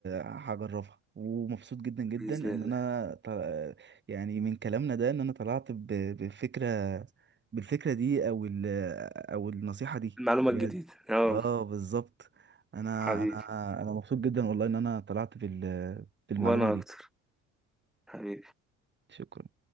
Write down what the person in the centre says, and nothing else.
<laughs>
بإذن
الله
المعلومة
الجديدة اه
حبيبي
وأنا
أكتر حبيبي